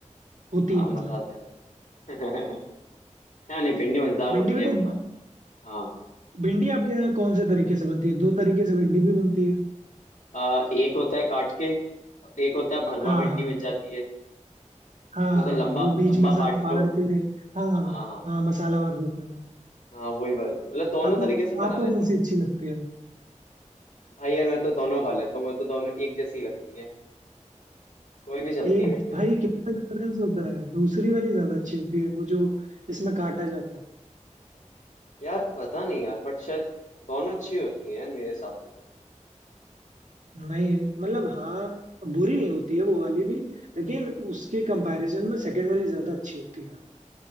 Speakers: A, on the right; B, on the left.
A: होती
B: आ,
A: है
B: मजा
A: मतलब
B: आता है <laughs> हाँ नहीं भिंडी मजेदार
A: भिंडी
B: होती
A: भी
B: है
A: तो
B: वो भ- हाँ
A: भिंडी आपके यहाँ कौन से तरीके से बनती है दो तरीके से भिंडी भी बनती है
B: आ, एक होता है काट के और एक होता है भरमा
A: हाँ
B: भिंडी
A: हाँ
B: बन जाती है
A: हाँ
B: जैसे
A: हाँ
B: उसे
A: हाँ,
B: लंबा
A: वो बीच
B: लंबा
A: में से
B: काट
A: फाड़
B: लो
A: के हाँ हाँ
B: हाँ
A: हाँ, मसाला भर देते हैं
B: हाँ वही वाली मतलब दोनों
A: आपको
B: तरीके से बना
A: आपको
B: लेती
A: कौन
B: हूँ
A: सी अच्छी लगती है
B: भाई यार मैं तो दोनों खा लेता हूँ मुझे तो दोनों एक जैसी लगती है कोई भी चलती
A: एक
B: है इंडिया
A: भाई
B: तो
A: कितना डिफरेंस होता है दूसरी वाली ज्यादा अच्छी होती है वो जो इसमें काटा जाता है
B: यार पता नहीं यार बट शायद दोनों अच्छी होती हैं यार मेरे हिसाब से तो
A: नहीं मतलब हाँ बुरी नहीं होती है वो वाली भी लेकिन उसके कंपैरिजन में सेकंड वाली ज्यादा अच्छी होती है